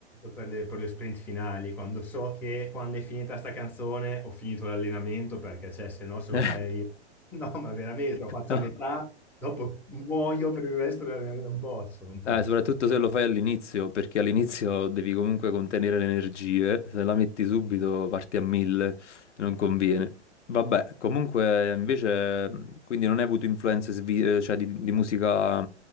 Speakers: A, in the centre; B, on the left (about 80°).
A: per le, per le sprint finali, quando so che quando è finita sta canzone ho finito l'allenamento perché cioè, se no se
B: <laughs>
A: lo fai... <laughs> No, ma veramente, lo faccio
B: No.
A: a metà,
B: <laughs>
A: dopo muoio per il resto dell'allenamento, non posso, non posso.
B: Eh, soprattutto se lo fai all'inizio, perché all'inizio devi comunque contenere le energie, se la metti subito parti a mille, non conviene. Vabbè, comunque invece, quindi non hai avuto influenze svi- eh, cioè, di, di musica